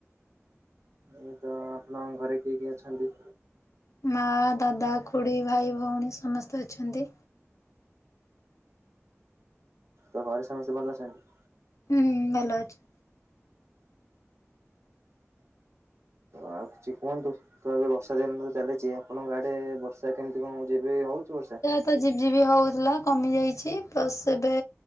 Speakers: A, on the right (about 65°); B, on the left (about 80°).
A: ଏ ତ ଆପଣଙ୍କ ଘରେ କିଏ କିଏ ଅଛନ୍ତି।
B: ମା ଦାଦା ଖୁଡ଼ି ଭାଇ ଭଉଣୀ ସମସ୍ତେ ଅଛନ୍ତି।
A: ତ ଘରେ ସମସ୍ତେ ଭଲ ଅଛନ୍ତି?
B: ହୁଁ ହୁଁ ଭଲ ଅଛନ୍ତି।
A: ଆଉ କିଛି କୁହନ୍ତୁ ତ ଏବେ ବର୍ଷା ଦିନ ତ ଚାଲିଛି ଆପଣଙ୍କ ଆଡେ ବର୍ଷା ସାର୍ କେମିତି କଣ ଯିବି ହେଉଛି ବର୍ଷା।
B: ତ ଜିବ୍ ଜିିବି ହେଉଥିଲା କମିଯାଇଛି ପ୍ଲସ୍ ଏବେ